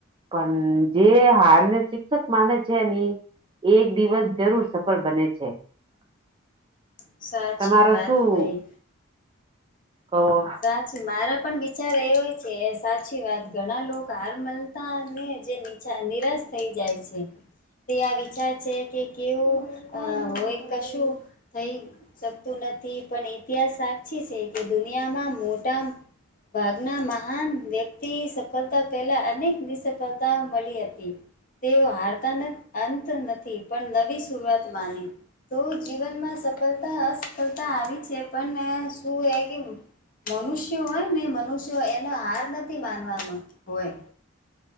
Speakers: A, on the right; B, on the left.
A: પણ જે હાર ને શિક્ષક માને છે, ની એક દિવસ જરૂર સફળ બને છે.
B: સાચી
A: તમારો
B: વાત
A: શું?
B: કહી.
A: કહો?
B: સાચું મારા પણ વિચાર એવોય છે, સાચી વાત ઘણા લોકો હાર્મલ તા ને જે નિરાશ થઈ જાય છે. તે આ વિચાર છે, કે કેવું હોય કશું થઈ શકતું નથી પણ ઇતિહાસ સાચી છે, કે દુનિયામાં મોટા ભાગના મહાન વ્યક્તિ સફળતા પહેલા અનેક નિસફળતા મળી હતી, તેઓ હારતાના અંત નથી પણ નવી શરૂઆત માની તો જીવનમાં સફળતા અસફળતા આવી છે, પણ શું એ કેમું મનુષ્યો હોય ને મનુષ્યો એનો હાર નથી માનવાનો હોય